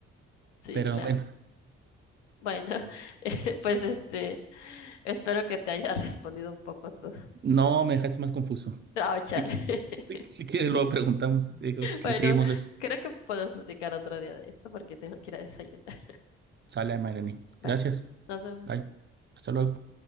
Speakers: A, on the left; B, on the right.
A: Sí,
B: Pero
A: claro.
B: bueno,
A: Bueno, <laughs> eh, pues este, espero que te haya <laughs> respondido un poco tú.
B: no me dejaste más confuso.
A: Ah, chale.
B: Sí,
A: <laughs>
B: sí, si quieres, luego preguntamos, digo,
A: Bueno,
B: le seguimos eso.
A: creo que podemos platicar otro día de esto porque tengo que ir a desayunar.
B: Sale, Mayrani.
A: Vale,
B: Gracias.
A: nos vemos.
B: Bye. Hasta luego.